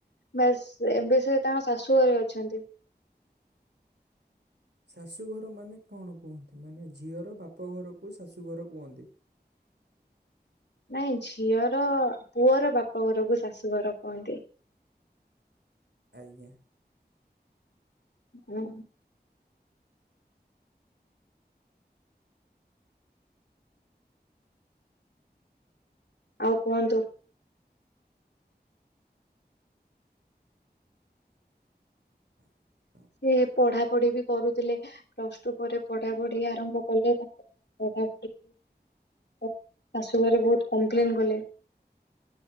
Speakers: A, on the left; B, on the right.
A: ବାସ୍ ଏବେ ସେ ତାଙ୍କ ଶାଶୁ ଘରେ ଅଛନ୍ତି। <inaudible>
B: ଶାଶୁଘର ମାନେ କଣ କୁହନ୍ତି ମାନେ ଝିଅର ବାପଘରକୁ ଶାଶୁଘର କୁହନ୍ତି?
A: ନାଇଁ ଝିଅର ପୁଅର ବାପଘରକୁ ଶାଶୁଘର କୁହନ୍ତି।
B: ଆଜ୍ଞା।
A: ହୁଁ। ଆଉ କୁହନ୍ତୁ?
B: <inaudible>
A: ସେ ପଢାପଢି ବି କରୁଥିଲେ ପ୍ଲସ ଟୁ ପରେ ପଢାପଢି ଆରମ୍ଭ କଲେ ତାଙ୍କର ତା ଶାଶୁ ଘରେ ବହୁତୁ କମ୍ପ୍ଲେଲନ୍ କଲେ